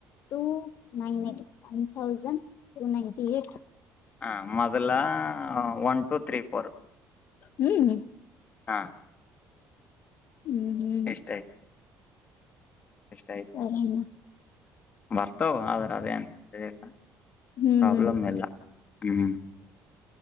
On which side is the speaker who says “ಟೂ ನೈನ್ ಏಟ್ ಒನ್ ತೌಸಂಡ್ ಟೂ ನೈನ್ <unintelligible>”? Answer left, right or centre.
Left